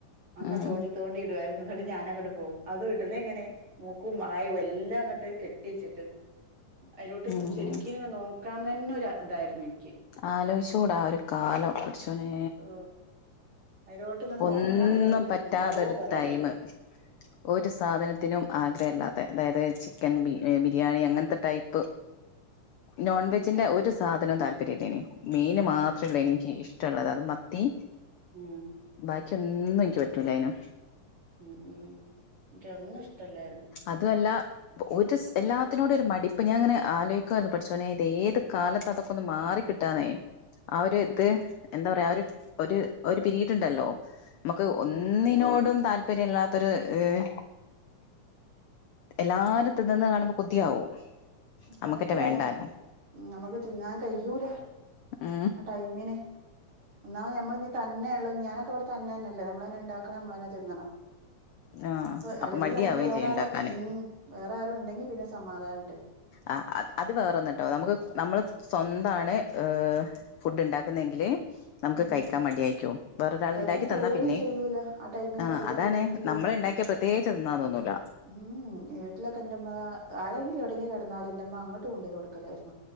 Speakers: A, on the right (about 45°); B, on the left (about 80°).
A: അങ്ങ
B: ഉം
A: തോണ്ടി തോണ്ടി ഇടുവായിരുന്നു ന്നിട്ട് ഞാനങ്ങട്ട് പോകും അതു ഇടുന്നെ എങ്ങനെ മൂക്കും വായും എല്ലാം അങ്ങട്ട് കെട്ടി വെച്ചിട്ട് അയിലോട്ട്
B: ഉം
A: ശരിക്കിങ്ങനെ നോക്കാതന്നെ ഒരു ഇതായിരുന്നു എനിക്ക്
B: ആലോയിച്ചുകൂടാ ഒരു കാലം പടച്ചോനേ
A: ഓ അതിലോട്ട് ഇങ്ങോട്ട്
B: ഒന്നും
A: നോക്കാൻ തന്നെ ഒരു
B: പറ്റാത്തൊരു
A: എന്തോ പോലായിരുന്നു
B: ടൈമ് ഒരു സാധനത്തിനും ആഗ്രഹല്ലാതെ അതായത് ചിക്കൻ ബി ബിരിയാണി അങ്ങനത്തെ ടൈപ്പ് നോൺവെജിന്റെ
A: ഉം
B: ഒരു സാധനവും താൽ പര്യല്ലെനി മീന് മാത്രള്ള് എനിക്ക് ഇഷ്ടള്ളത് അത് മത്തി
A: <inaudible>
B: ബാക്കി ഒന്നും എക്ക് പറ്റൂലായിനു
A: ഉം ഉം ക്ക് ഒന്നു ഇഷ്ടല്ലാരുന്ന്
B: അതു അല്ല ഒരുസ് എല്ലാത്തിനോടെ ഒരു മടിപ്പ് ഞാങ്ങനെ ആലോയിക്കുവനു പഠിച്ചുനെ ഇത് ഏത് കാലത്ത് അതൊക്കെ ഒന്ന് മാറി കിട്ട ട്ടന്നേ ആ ഒര്
A: ഉം
B: ഇത് എന്താ പറയാ ഒരു ഒരു പിരീഡ് ഉണ്ടല്ലോ മ്മക്ക്
A: ഉം
B: ഒന്നിനോടും
A: ഉം
B: താല്പര്യല്ലാത്തൊരു ഹ് എല്ലാര തിന്നിന്ന് കാണുമ്പോ കൊതിയാവും നമ്മുക്കറ്റെ
A: സത്യാണ്
B: വേണ്ടാനും
A: ഞമ്മക്ക് തിന്നാൻ കയ്യൂല
B: ആ
A: ടൈമിന് ഒന്നാമത് നമ്മൾ ഇ തന്നെയള്ള ഞാനൊക്കെ ഇവിടെ തന്ന തന്നെയല്ലേ നമ്മള എന്നെണ്ടാക്കണം നമ്മളന്നെ തിന്നണം
B: ആഹ്
A: അപ്പൊ അല്ലെങ്കി
B: മടിയാവുകയും
A: നമ്മുക്ക് വേറെ
B: ചെയ്യും
A: ആരോ
B: ഉണ്ടാക്കാന്
A: ഉം വേറെ ആരോ ഉണ്ടെങ്കി പിന്നെ സമാധാനണ്ട്
B: ആ അ അത് വേറൊന്നട്ടോ നമുക്ക് നമ്മള് സ്വന്താണ് ഹ് ഫുഡ് ഉണ്ടാക്കുന്നെങ്കില് നമുക്ക്
A: ഉം
B: കയിക്കാൻ മടിയായിക്കു വേറൊരാൾ
A: കഴിക്കാൻ
B: ഇണ്ടാക്കി
A: തോന്നും
B: തന്നാ പിന്നെ
A: ചെയ്യൂല ടൈമിന്
B: ആ
A: കഴിക്കാൻ
B: അതാണ്
A: തോന്നും ചെയ്യൂല
B: നമ്മള ഇണ്ടാക്കിയ പ്രത്യേകിച്ച് തിന്നാ തോന്നുല്ല
A: ഉം വീട്ടിലൊക്കെ എന്റെമ്മ ആരെങ്കിലും എവിടെയങ്കും കിടന്നാലും എന്റെമ്മ അങ്ങോട്ട് കൊണ്ടപോയി കൊടുക്കലായിരുന്നു